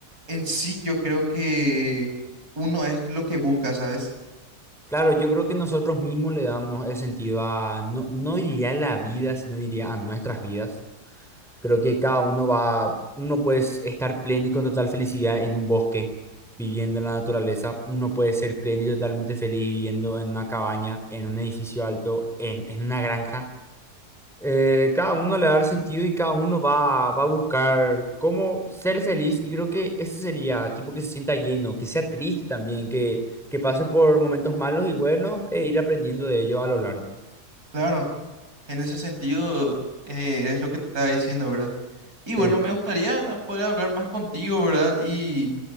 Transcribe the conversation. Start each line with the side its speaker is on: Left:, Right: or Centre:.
Right: en sí, yo creo que uno es lo que busca, ¿sabes?
Centre: Claro, yo creo que nosotros mismos le damos el sentido a, no, no diría la vida, sino diría a nuestras vidas. Creo que cada uno va, uno puede estar pleno y con total felicidad en un bosque, viviendo en la naturaleza. Uno puede ser pleno y totalmente feliz viviendo en una cabaña, en un edificio alto, en, en una granja. Eh, cada uno le va a dar sentido y cada uno va, va a buscar cómo ser feliz. Y creo que eso sería, tipo, que se sienta lleno, que sea triste también, que, que pase por momentos malos y buenos e ir aprendiendo de ello a lo largo.
Right: Claro, en ese sentido eh, es lo que te estaba diciendo, ¿verdad? Y bueno,
Centre: Sí.
Right: me gustaría poder hablar más contigo, ¿verdad? Y,